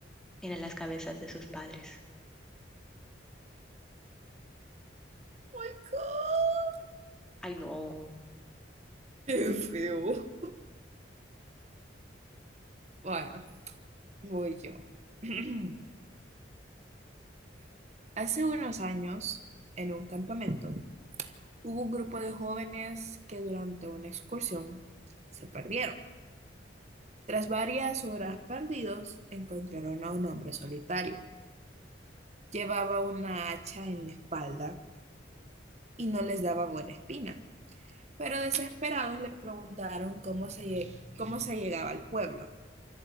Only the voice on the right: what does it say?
Oh my God.
Qué feo. Bueno, voy yo. <clears throat> Hace unos años, en un campamento, hubo un grupo de jóvenes que durante una excursión se perdieron. Tras varias horas perdidos, encontraron a un hombre solitario. Llevaba una hacha en la espalda y no les daba buena espina, pero desesperados le preguntaron cómo se, lle- cómo se llegaba al pueblo.